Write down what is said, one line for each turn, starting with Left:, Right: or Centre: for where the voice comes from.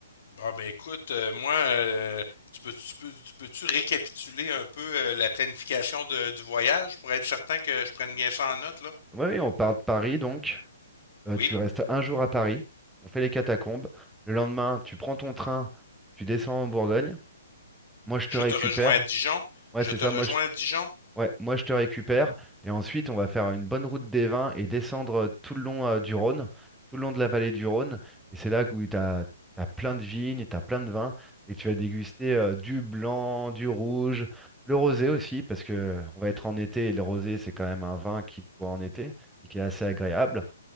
Left: Bon, ben écoute, euh, moi, euh, tu peux, tu peux, tu peux-tu récapituler un peu euh, la planification de- du voyage pour être certain que je prenne bien ça en note, là?
Centre: Oui, oui, on part de Paris, donc. Euh,
Left: Oui,
Centre: tu restes un jour à Paris, on fait les catacombes. Le lendemain, tu prends ton train, tu descends en Bourgogne. Moi, je te
Left: je
Centre: récupère.
Left: te rejoins à Dijon.
Centre: Ouais,
Left: Je
Centre: c'est
Left: te
Centre: ça.
Left: rejoins
Centre: Moi, je...
Left: à Dijon.
Centre: ouais, moi, je te récupère. Et ensuite, on va faire une bonne route des vins et descendre euh, tout le long euh, du Rhône, tout le long de la vallée du Rhône. Et c'est là où tu as, plein de vignes, tu as plein de vins. Et tu vas déguster euh, du blanc, du rouge, le rosé aussi, parce que on va être en été et le rosé, c'est quand même un vin qui se boit en été et qui est assez agréable.